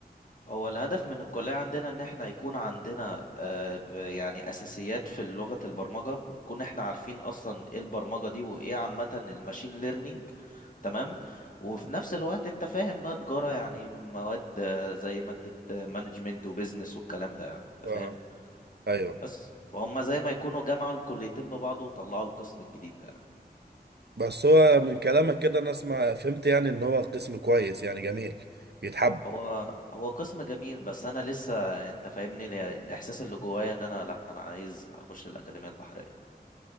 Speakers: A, on the left (about 50°); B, on the right (about 75°).
A: هو الهدف من الكلية عندنا إن إحنا يكون عندنا آه، ب- يعني أساسيات في لغة البرمجة ونكون إحنا عارفين أصلا إيه البرمجة دي وإيه عامة الماشين ليرنينج تمام وفي نفس الوقت أنت فاهم بقى تجارة يعني مواد آه، زي مادة مانجمنت وبيزنس والكلام ده يعني أنت
B: اه
A: فاهم
B: ايوه
A: بس فهم زي ما يكونوا جمعوا الكليتين ببعض وطلعوا القسم الجديد ده يعني
B: بس هو من كلامك كده انا اسمع فهمت يعني ان هو قسم كويس يعني جميل يتحب
A: هو هو قسم جميل بس أنا لسه أنت فاهمني الإحساس اللي جوايا إن أنا لأ أنا عايز أخش الأكاديمية البحرية